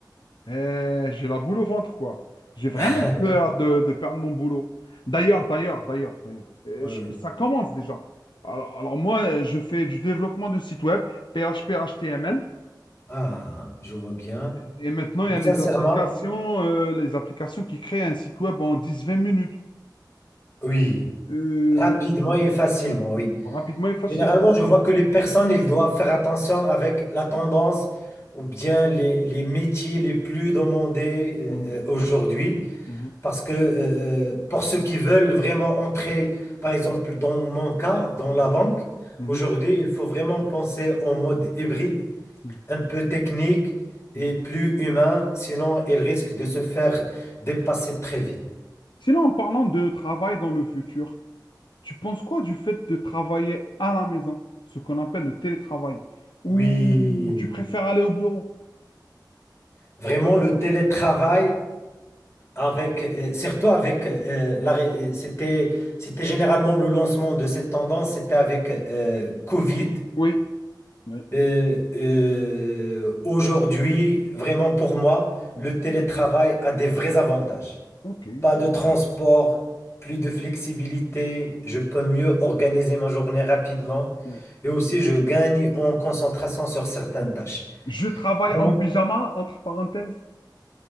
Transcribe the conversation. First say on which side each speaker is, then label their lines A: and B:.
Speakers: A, on the left; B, on the left.
A: Euh, j'ai la boule au ventre, quoi. J'ai vraiment
B: <laughs>
A: peur de, de perdre mon boulot. D'ailleurs, d'ailleurs, d'ailleurs, d'ailleurs, euh,
B: Oui,
A: je-
B: oui.
A: ça commence déjà. Alors, alors moi, euh, je fais du développement de sites web, PHP, HTML,
B: Ah, je vois bien.
A: et maintenant, il y a les
B: Sincèrement,
A: applications, euh, les applications qui créent un site web en dix, vingt minutes.
B: oui.
A: Euh,
B: Rapidement et facilement,
A: ouais,
B: oui.
A: rapidement et facilement.
B: Généralement, je vois que les personnes, ils doivent faire attention avec la tendance ou bien les, les métiers les plus demandés euh,
A: Mhm,
B: euh, aujourd'hui.
A: mhm,
B: Parce que euh, euh, pour ceux qui veulent vraiment entrer, par exemple, dans mon cas, dans la
A: mhm,
B: banque,
A: mhm,
B: aujourd'hui, il faut vraiment penser en mode hybride,
A: mhm,
B: un peu technique et
A: mhm.
B: plus humain. Sinon, ils risquent de se faire dépasser très vite.
A: Sinon, en parlant de travail dans le futur, Tu penses quoi du fait de travailler à la maison, ce qu'on appelle le télétravail, ou
B: Oui,
A: tu préfères aller au bureau?
B: vraiment, le télétravail. Avec, euh, surtout avec, euh, la ré- euh, c'était, c'était généralement le lancement de cette tendance, c'était avec euh, Covid.
A: Oui. Oui.
B: Euh, euh, aujourd'hui, vraiment pour moi,
A: Mhm.
B: le télétravail a des vrais avantages.
A: Ok.
B: Pas de transport, plus de flexibilité, je peux mieux organiser ma journée rapidement
A: Ouais.
B: et aussi je gagne en concentration sur certaines tâches.
A: Je travaille
B: Vraiment?
A: en pyjama, entre parenthèses.